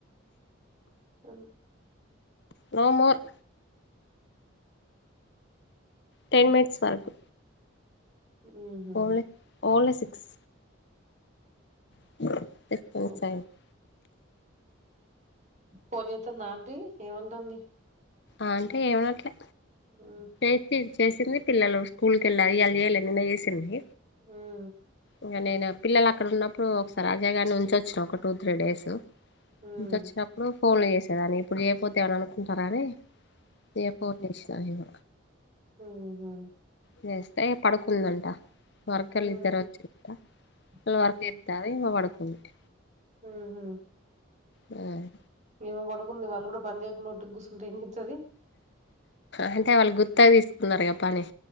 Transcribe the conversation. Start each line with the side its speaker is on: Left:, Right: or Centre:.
Right: అది
Left: నో మోర్ టెన్ మినిట్స్ వరకు
Right: ఉహు
Left: ఓలె ఓన్లీ సిక్స్ <unintelligible>
Right: ఓకే ఫోన్ జేత్తంద ఆంటీ ఏమంటాంది
Left: ఆంటీ ఏమనట్లే
Right: ఊ
Left: ఇప్పి చేసింది పిల్లలు స్కూల్ కెళ్ళా ఈయల చేయల నిన్న చేసింది
Right: హ్మ్
Left: ఇంక నేను పిల్లలు అక్కడ ఉన్నప్పుడు ఒకసారి అజయ గారిని ఉంచొచ్చిన ఒక టూ త్రీ డేస్
Right: ఉమ్,
Left: ఉంచొచ్చినప్పుడు ఫోన్లు చేసేదాన్ని ఇప్పుడు చేయకపోతే ఏమైన అనుకుంటారాని ఏ ఫోన్ చేసినానిగ
Right: ఊ హూ
Left: చేస్తే పడుకుందంట వర్కర్లు
Right: ఉమ్,
Left: ఇద్దరు వచ్చిరంట వాళ్ళ
Right: ఉహు,
Left: వర్క్ దవ ఇగ పడుకుంది
Right: ఊ హూ
Left: హ్మ్
Right: ఏమో పడుకుంది వాళ్ళ కూడా పని చేయకుండా ఒట్టిగ కూసుంటె ఏం చేస్తుంది
Left: అంటే వాళ్ళు గుత్తగా తీసుకున్నారు గా పని